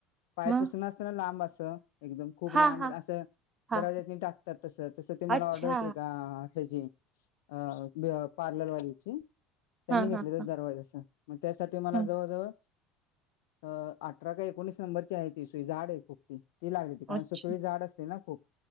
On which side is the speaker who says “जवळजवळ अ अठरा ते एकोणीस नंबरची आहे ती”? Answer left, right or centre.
Left